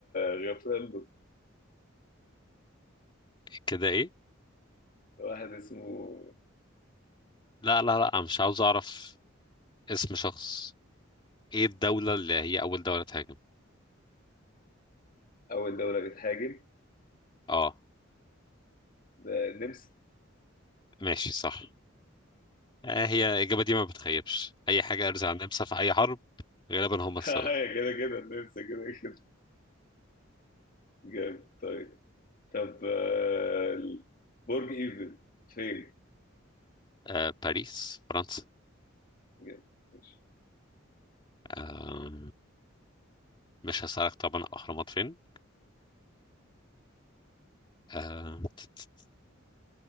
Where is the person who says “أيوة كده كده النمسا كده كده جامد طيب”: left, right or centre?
Left